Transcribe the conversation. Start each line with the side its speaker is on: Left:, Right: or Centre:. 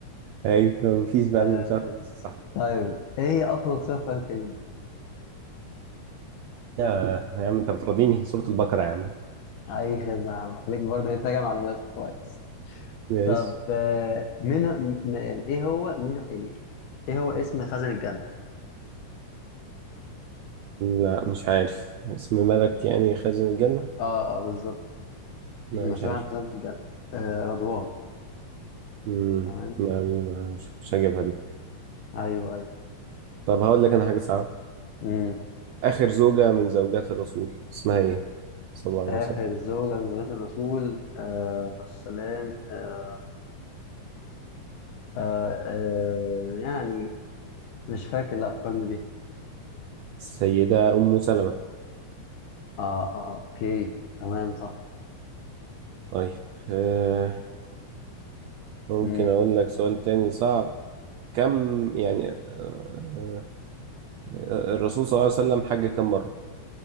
Right: ايوه مفيش بقى
Left: آه
Right: له شهر ونص صح
Left: طيب إيه هي أطول سورة في القرآن الكريم؟
Right: آه يا عم انت بتراضيني سورة البقرة يا عم
Left: أي خدمة يا عم خليك برضه إيه تراجع معلوماتك كويس
Right: ماشي
Left: طب آه مين ه- م- يعني إيه هو مين ه- يعني إيه هو اسم خزن الجنة؟
Right: لا مش عارف اسم ملك يعني خازن الجنة
Left: اه اه بالظبط <clears throat>
Right: لا
Left: مسؤول
Right: مش عارف
Left: عن خزانة الجنة آه رضوان
Right: امم
Left: تمام
Right: يعني ما- مش مش هجيبها دي
Left: ايوه ايوه
Right: طب هقول لك انا حاجة صعبة
Left: مم.
Right: آخر زوجة من زوجات الرسول اسمها ايه صلى الله عليه
Left: آخر
Right: وسلم
Left: الزوجة من زوجات الرسول آه السلام آه آه آه يعني مش فاكر لا فكرني بيها
Right: السيدة أم سلمة
Left: اه اه آه، اوكي تمام صح
Right: طيب آه ممكن
Left: مم.
Right: اقول لك سؤال تاني صعب كم يعني آه الرسول صلى الله عليه وسلم حج كم مرة